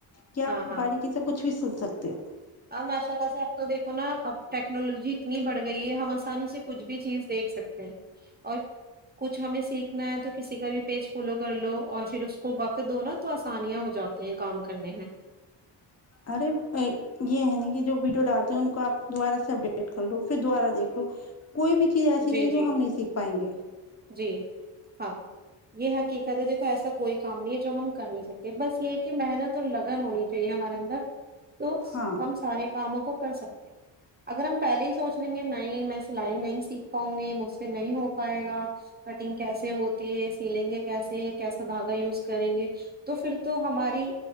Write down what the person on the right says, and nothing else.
ہاں
ہاں
اب ماشاء اللہ سے اب تو دیکھو نا اب ٹیکنالوجی اتنی بڑھ گئی ہے ہم آسانی سے کچھ بھی چیز دیکھ سکتے ہیں اور کچھ ہمیں سیکھنا ہے جو کسی کا بھی پیج فالو کر لو اور پھر اس کو وقت دو نا تو آسانیاں ہو جاتی ہیں کام کرنے میں
جی
جی
جی ہاں یہ حقیقت ہے دیکھو ایسا کوئی کام نہیں ہے جو ہم کر نہیں سکتے بس یہ کہ محنت اور لگن ہونی چاہیے ہمارے اندر تو
ہم سارے کاموں کو کر سکتے ہیں اگر ہم پہلے ہی سوچ لیں گے نہیں میں سلائی نہیں سیکھ پاؤں گی مجھ سے نہیں ہو پائے گا کٹنگ کیسے ہوتی ہے سیلیںگے کیسے ہے کیسا دھاگا یوز کریں گے تو پھر تو ہماری